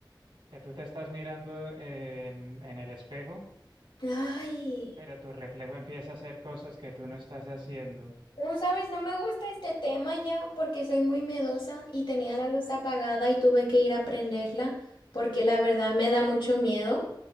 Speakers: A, on the right; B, on the left.
A: que tú te estás mirando en, en el espejo,
B: <laughs> Ay,
A: pero tu reflejo empieza a hacer cosas que tú no estás haciendo.
B: como sabes, no me gusta este tema ya porque soy muy miedosa y tenía la luz apagada y tuve que ir a prenderla porque la verdad me da mucho miedo.